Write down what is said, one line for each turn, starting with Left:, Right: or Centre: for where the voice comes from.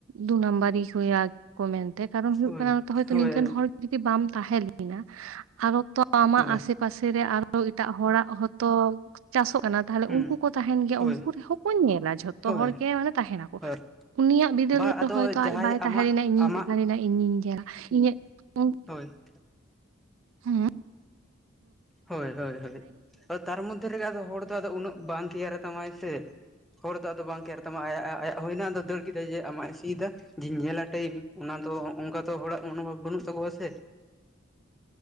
Right: ᱫᱩ ᱱᱟᱢᱵᱟᱨᱤ ᱦᱩᱭᱟ᱾ ᱠᱚ ᱢᱮᱱᱛᱮ ᱠᱟᱨᱚᱱ ᱦᱩᱭᱩᱜ
Centre: ᱦᱳᱭ
Right: ᱠᱟᱱᱟ ᱛᱚ ᱦᱚᱭᱛᱚ
Centre: ᱦᱳᱭ
Right: ᱱᱤᱝᱠᱟᱹᱱ ᱦᱚᱲ ᱡᱩᱫᱤ ᱵᱟᱢ ᱛᱟᱦᱮᱸ ᱞᱤᱱᱟ ᱟᱨ ᱦᱚᱸ ᱛᱚ, ᱟᱢᱟᱜ
Centre: ᱦᱳᱭ
Right: ᱟᱥᱮ ᱯᱟᱥᱮ ᱨᱮ ᱟᱨᱦᱚ ᱮᱴᱟᱜ ᱦᱚᱲᱟᱜ ᱦᱚᱛᱚ ᱪᱟᱥᱚᱜ ᱠᱟᱱᱟ᱾ ᱛᱟᱦᱞᱮ
Centre: ᱦᱩᱸ
Right: ᱩᱱᱠᱩ ᱠᱚ ᱛᱟᱦᱮᱱ ᱜᱮᱭᱟ
Centre: ᱦᱳᱭ
Right: ᱩᱱᱠᱩ ᱨᱮᱦᱚᱸ ᱠᱚ ᱧᱮᱞᱟ ᱡᱷᱚᱛᱚ
Centre: ᱦᱳᱭ
Right: ᱦᱚᱲ ᱜᱮ ᱢᱟᱱᱮ ᱛᱟᱦᱮᱱᱟᱠᱚ᱾
Centre: ᱦᱳᱭ
Right: ᱩᱱᱤᱭᱟᱜ ᱵᱤᱫᱟᱹᱞ
Centre: ᱵᱟ
Right: ᱨᱮ
Centre: ᱟᱫᱚ
Right: ᱦᱚᱭᱛᱚ
Centre: ᱡᱟᱦᱟᱸᱭ
Right: ᱟᱡ ᱵᱟᱭ ᱛᱟᱦᱮᱸ
Centre: ᱟᱢᱟᱜ
Right: ᱞᱮᱱᱟ ᱤᱧᱤᱧ
Centre: ᱟᱢᱟᱜ
Right: ᱛᱟᱦᱮᱸᱞᱮᱱᱟ ᱤᱧᱤᱧ ᱧᱮᱞᱟ ᱤᱧᱟᱹᱜ ᱩᱱ
Centre: ᱦᱳᱭ,
Right: ᱦᱮᱸ,
Centre: ᱦᱳᱭ ᱦᱳᱭ ᱦᱳᱭ ᱟᱫᱚ ᱛᱟᱨ ᱢᱚᱫᱽᱫᱷᱮ ᱨᱮᱜᱮ ᱟᱫᱚ ᱦᱚᱲ ᱫᱚ ᱩᱱᱟᱹᱜ ᱵᱟᱝ ᱠᱮᱭᱟᱨᱟᱛᱟᱢᱟᱭ ᱥᱮ? ᱦᱚᱲ ᱫᱚ ᱟᱫᱚ ᱵᱟᱝ ᱠᱮᱭᱟᱨᱟᱛᱟᱢᱟᱭ ᱟᱭᱟᱜ ᱟᱭᱟᱜ ᱟᱭᱟᱜ ᱦᱩᱭᱱᱟ ᱟᱫᱚ ᱫᱟᱹᱲ ᱠᱮᱫᱟᱭ ᱡᱮ ᱟᱢᱟᱜ ᱮ ᱥᱤᱭᱫᱟ᱾ ᱡᱤᱧ ᱧᱮᱞᱟ ᱴᱟᱭᱤᱢ ᱚᱱᱟ ᱫᱚ ᱚᱝᱠᱟ ᱛᱚ ᱦᱚᱲᱟᱜ ᱢᱚᱱᱳᱵᱷᱟᱵ ᱵᱟᱹᱱᱩᱜ ᱛᱟᱠᱚᱣᱟ ᱥᱮ?
Right: <unintelligible>